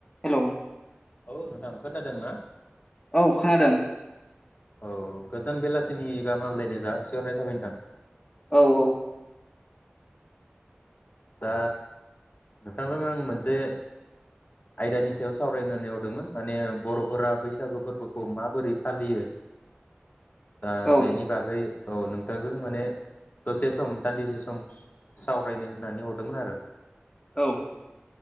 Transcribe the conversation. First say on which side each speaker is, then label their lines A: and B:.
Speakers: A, on the left; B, on the left.
A: Hello
B: औ नोंथां खोनादों ना?
A: औ खोनादों
B: औ गोजोन बेलासिनि गाहाम हामलायनाय जासि हरनाय थाबाय नोंथां।
A: औ औ
B: दा नोंथांजों आं मोनसे आयदानि सायाव सावरायनो होननानै हरदोंमोन माने बर'फोरा बैसागु फोरबोखौ माबोरै फालियो? दा
A: औ
B: बेनि बागै औ नोंथांजों माने दसे सम दान्दिसे सम सावरायनो होननानै हरदोंमोन आरो।
A: औ